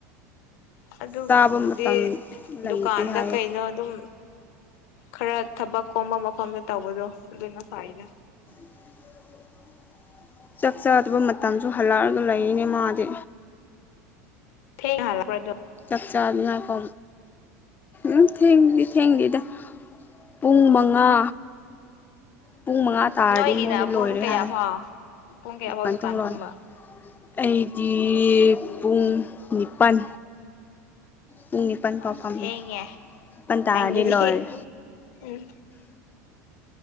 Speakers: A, on the left; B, on the left.
A: ꯑꯗꯨ
B: ꯆꯥꯕ
A: ꯕꯨꯉꯣꯗꯤ
B: ꯃꯇꯝ ꯂꯩꯇꯦ
A: ꯗꯨꯀꯥꯟꯗ
B: ꯍꯥꯏꯌꯦ
A: ꯀꯩꯗ ꯑꯗꯨꯝ ꯈꯔ ꯊꯕꯛ ꯀꯣꯝꯕ ꯃꯐꯝꯗ ꯇꯧꯕꯗꯣ ꯑꯗꯨꯅ ꯐꯩꯗ
B: <inaudible> ꯆꯥꯛ ꯆꯥꯗꯕ ꯃꯇꯝꯁꯨ ꯍꯜꯂꯛꯑꯒ ꯂꯩꯅꯦ ꯃꯗꯤ
A: ꯊꯦꯡꯅꯍꯜꯂꯛꯄ꯭ꯔ ꯗꯨ
B: ꯆꯥꯛ ꯆꯥꯗꯅ ꯀꯣ ꯎꯝ ꯊꯦꯡꯗꯤ ꯊꯦꯡꯗꯦꯗ ꯄꯨꯡ ꯃꯉꯥ ꯄꯨꯡ ꯃꯉꯥ ꯇꯥꯔꯗꯤ
A: ꯅꯣꯏꯒꯤꯅ
B: ꯃꯣꯏꯗꯤ
A: ꯄꯨꯡ
B: ꯂꯣꯏꯔꯦ
A: ꯀꯌꯥ
B: ꯍꯥꯏ
A: ꯐꯥꯎ ꯄꯨꯡ ꯀꯌꯥꯐꯥꯎ
B: ꯗꯨꯀꯥꯟ ꯊꯣꯡ ꯂꯣꯟꯂꯦ
A: ꯐꯝꯕ
B: ꯑꯩꯗꯤ ꯄꯨꯡ ꯅꯤꯄꯥꯜ ꯄꯨꯡ ꯅꯤꯄꯥꯜ ꯐꯥꯎ
A: ꯑꯁ
B: ꯐꯝꯅꯤ
A: ꯊꯦꯡꯉꯦ
B: ꯄꯟ ꯇꯥꯔꯗꯤ
A: ꯅꯪꯒꯤꯗꯤ
B: ꯂꯣꯏꯔꯦ
A: ꯎꯝ